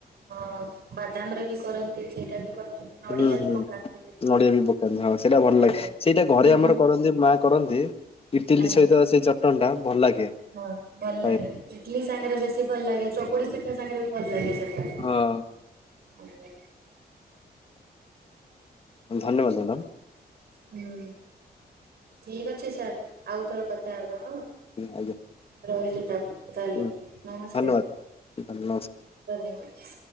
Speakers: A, on the right; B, on the left.
A: ହଁ ବାଦାମ ରେ ବି କରନ୍ତି, ସେଇଟା ବି କରନ୍ତି। ନଡିଆ
B: ହୁଁ
A: ବି
B: ହୁଁ।
A: ପକାନ୍ତି ସେଠି
B: ନଡିଆ
A: ହଁ।
B: ବି ପକାନ୍ତି ହଁ ସେଇଟା ଭଲ
A: ଆଜ୍ଞା
B: ଲାଗେ, ସେଇଟା ଘରେ
A: ହୁଁ
B: ଆମର କରନ୍ତି, ମା କରନ୍ତି। ଇଟିଲି
A: ଆଜ୍ଞା।
B: ସହିତ ସେଇ ଚଟଣି ଟା ଭଲ ଲାଗେ।
A: ହଁ ଭଲ
B: ଖାଇବାକୁ।
A: ଲାଗେ ଇଟଲି ସାଙ୍ଗରେ ବେଶୀ ଭଲ ଲାଗେ, ଚକୁଳୀ ପିଠା ସାଙ୍ଗରେ ବି ଭଲ ଲାଗେ ସେଟା।
B: ହଁ।
A: ଆଜ୍ଞା।
B: ଧନ୍ୟବାଦ, ମ୍ୟାଡ଼ାମ୍।
A: ହୁଁ ଠିକ ଅଛି ସାର୍ ଆଉ ଥରେ କଥା ହବ, ହଁ।
B: ହଁ ଆଜ୍ଞା।
A: ରହିଲି ତା ତାହଲେ
B: ହୁଁ
A: ନମସ୍କାର
B: ଧନ୍ୟବାଦ ନମସ୍କାର।
A: ଧନ୍ୟବାଦ।